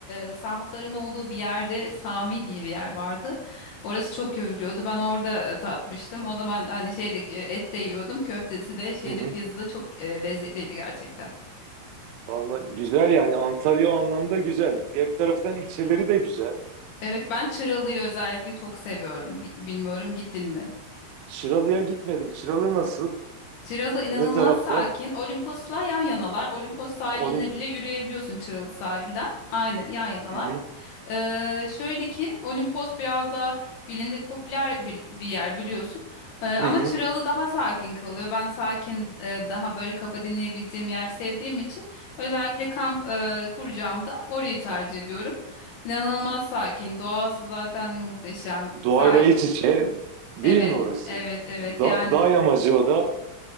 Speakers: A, on the left (about 70°); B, on the right (about 80°).
A: e, sahafların olduğu bir yerde Sami diye bir yer vardı. Orası çok övülüyordu. Ben orada e, tatmıştım. O zaman hani şeyde e, et de yiyordum. Köftesi de şeyde
B: <laughs>
A: piyazı da çok e, lezzetliydi gerçekten.
B: Vallahi güzel yani Antalya o anlamda güzel. Diğer taraftan ilçeleri de güzel.
A: Evet ben Çıralı'yı özellikle çok seviyorum. Bi- Bilmiyorum gittin mi?
B: Çıralı'ya gitmedim. Çıralı nasıl?
A: Çıralı inanılmaz
B: Ne tarafta?
A: sakin. Olimpos'la yan yanalar. Olimpos sahilinde
B: Olim.
A: bile yürüyebiliyorsun Çıralı sahilden. Aynı yan yanalar.
B: Hı hı.
A: Ee, şöyle ki Olimpos biraz daha bilindik popüler bir, bir yer biliyorsun. Ee, ama
B: Hı hı.
A: Çıralı daha sakin kalıyor. Ben sakin e, daha böyle kafa dinleyebildiğim yer sevdiğim için özellikle kamp e, kuracağımda orayı tercih ediyorum. İnanılmaz sakin. Doğası zaten muhteşem.
B: Doğayla
A: Sah
B: iç içe değil
A: Evet,
B: mi orası?
A: evet, evet.
B: Da
A: Yani
B: dağ yamacı o da.